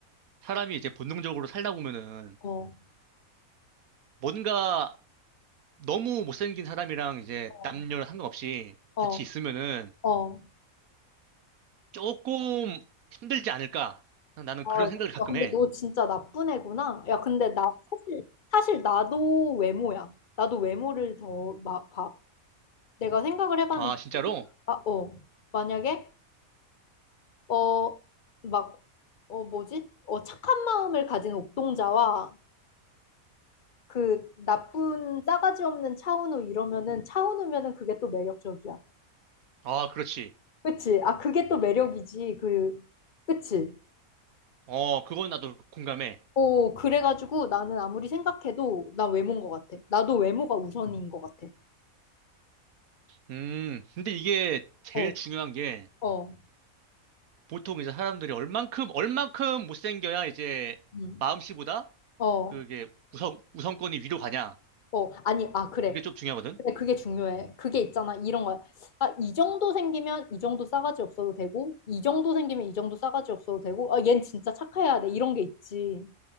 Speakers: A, on the right; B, on the left.
A: 사람이 이제 본능적으로 살다 보면은
B: 어,
A: 뭔가 너무 못생긴 사람이랑 이제
B: 어,
A: 남녀랑 상관없이
B: 어,
A: 같이 있으면은
B: 어.
A: 조금 힘들지 않을까? 나는
B: 아,
A: 그런 생각을 가끔
B: 야, 근데
A: 해.
B: 너 진짜 나쁜 애구나. 야, 근데 나 사실, 사실 나도 외모야. 나도 외모를 더 마, 봐. 내가 생각을 해봤는데,
A: 아, 진짜로?
B: 아, 어, 만약에, 어, 막, 어, 뭐지? 어, 착한 마음을 가진 옥동자와 그 나쁜 싸가지 없는 차은우 이러면은 차은우면은 그게 또 매력적이야.
A: 아, 그렇지.
B: 그치? 아, 그게 또 매력이지. 그, 그치?
A: 어, 그건 나도 공감해.
B: 어, 그래가지고 나는 아무리 생각해도 난 외모인 것 같아. 나도 외모가 우선인 것 같아.
A: 음, 근데 이게 제일
B: 어,
A: 중요한 게
B: 어,
A: 보통 이제 사람들이 얼만큼, 얼만큼 못생겨야 이제
B: 음,
A: 마음씨보다
B: 어,
A: 그게 우선, 우선권이 위로 가냐?
B: 어. 아니, 아, 그래.
A: 그게 좀 중요하거든?
B: 근데 그게 중요해. 그게 있잖아. 이런 거야. 아, 이 정도 생기면 이 정도 싸가지 없어도 되고, 이 정도 생기면 이 정도 싸가지 없어도 되고, 아, 얜 진짜 착해야 돼. 이런 게 있지.